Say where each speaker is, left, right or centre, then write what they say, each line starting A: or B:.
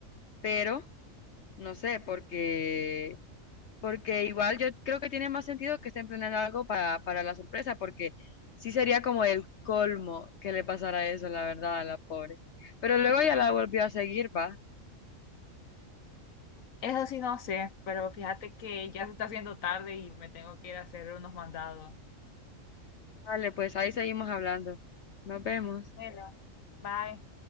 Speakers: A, on the left; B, on the left.
A: pero no sé, porque, porque igual yo creo que tiene más sentido que estén planeando algo para, para la sorpresa, porque sí sería como el colmo que le pasara eso, la verdad, a la pobre. Pero luego ya la volvió a seguir, va.
B: Eso sí no sé, pero fíjate que ya se está haciendo tarde y me tengo que ir a hacer unos mandados.
A: Dale, pues ahí seguimos hablando. Nos vemos.
B: Bueno, bye.